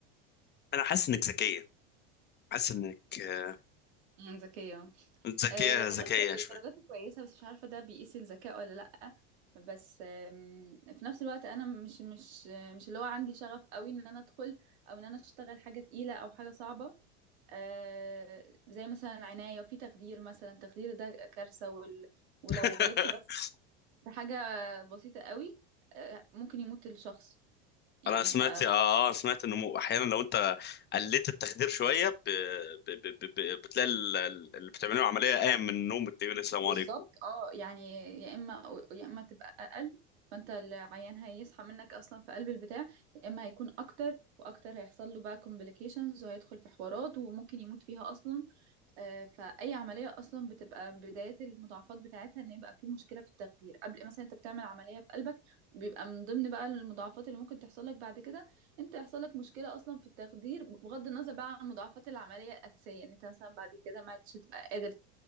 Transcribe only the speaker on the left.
انا حاسس انك ذكيه حاسس انك اه،
ذكيه
ذكيه
شويه
<laughs>
انا سمعت
اه اه سمعت انه مو- احيانا لو انت قلت التخدير شويه ب... ب... ب... ب... ب- بتلاقي ال- ال- اللي بتعمله عمليه قام من النوم بتقول السلام
عليكم